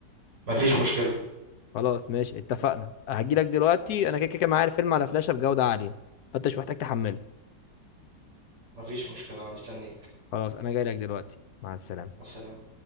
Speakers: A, on the right; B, on the left.
A: مفيش مشكلة
B: خلاص ماشي اتفقنا هجي لك دلوقتي
A: مع السلامة
B: انا كده كده معايا الفيلم على فلاشة بجودة عالية فانت مش محتاج تحمله
A: مفيش مشكلة انا مستنيك
B: خلاص انا جاي لك دلوقتي مع السلامة
A: مع السلامة